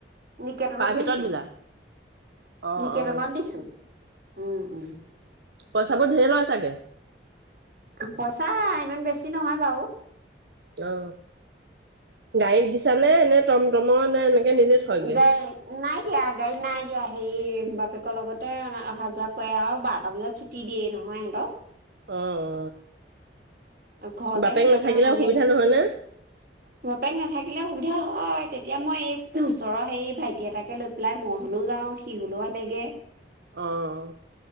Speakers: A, on the right; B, on the right.
A: নিকেতনত
B: প্ৰাইভেটত
A: দিছো
B: দিলা অ
A: নিকেতনত
B: অ
A: দিছো উম উম
B: পইচাবোৰ ঢেৰ লয় চাগে
A: পইচা ইমান বেছি নহয় বাৰু
B: অ গাড়ীত দিছানে নে টমটমৰ নে এনেকে নিজে থয়গে?
A: গাড়ী নাই দিয়া গাড়ী নাই দিয়া হেৰি বাপেকৰ লগতে অহা যোৱা কৰে আৰু বাৰটা বজাত ছুটি দিয়েই নহয় সিহঁতক
B: অ অ
A: আৰু ঘৰতে
B: বাপেক
A: সেই কাৰণে
B: নাথাকিলে
A: অনা
B: অসুবিধা
A: নিয়া কৰিছো
B: নহয় নে?
A: বাপেক নাথাকে সুবিধা হয় তেতিয়া মই এই ওচৰৰ হেৰি ভাইটি এটাকে লৈ পেলাই মই হ'লেও যাওঁ সি হ'লেও আনেগৈ
B: অহঁ